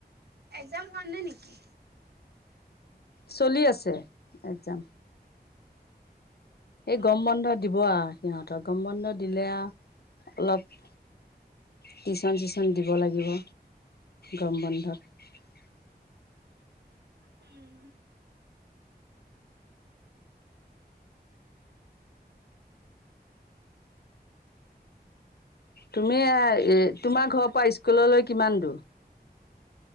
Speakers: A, on the right; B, on the left.
A: একজাম হোৱা নাই নেকি?
B: চলি আছে একজাম। এই
A: অ
B: গৰম বন্ধ দিব আৰু। সিহঁতৰ গম বন্ধ দিলে অলপ টিচন চিচন দিব লাগিব গম বন্ধত।
A: উম।
B: তুমি আ এ তোমাৰ ঘৰৰ পৰা স্কুললৈ কিমান দূৰ।